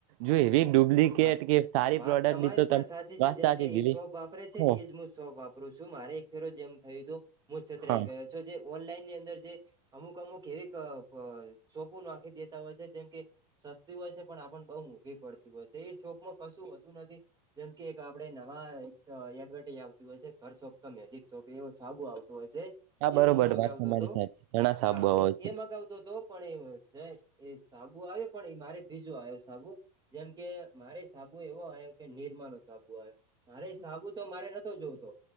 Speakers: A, on the right; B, on the right.
A: જો એવી ડુપ્લિકેટ
B: હા
A: કે સારી.
B: વાત
A: પ્રોડક્ટની
B: તમારી
A: તો
B: પણ
A: તમે
B: સાચી છે
A: વાત
B: જેમ
A: સાચી
B: કે
A: કીધી
B: એ શોપ વાપરે છે
A: હો
B: ને એજ હું શોપ વાપરું છું મારે એક ફેરો જેમ થયું હતું. હુ છતરાઈ
A: હા
B: ગયો છો જે. ઓનલાઈન ની અંદર જે અમુક અમુક એવી અ-અ સોપુ નાખી દેતા હોય છે જેમ કે સસ્તી હોય છે પણ આપણ બહુ મોઘી પડતી હોય છે એ શોપમાં કશું વધું નથી જેમ કે એક આપડે નવા એડવર્ટઈઝ આવતી હોય છે. હર સોપ મેગી ચોપ એવુ સાબું આવ હોય છે
A: હા
B: એજ
A: બરોબર
B: હું મગાવતો
A: વાત તમારી
B: હતો
A: સાચી ઘણા સાબુ
B: હા
A: આવે
B: હું
A: છે
B: એ મગાવતો હતો. પણ એ એ સાબુ આવ્યો પણ એ મારે બીજું આયો સાબુ જેમ કે મારે સાબુ એવો આયો કે નિરમા નો સાબુ આયો. મારે સાબુ તો મારે નતો જોવતો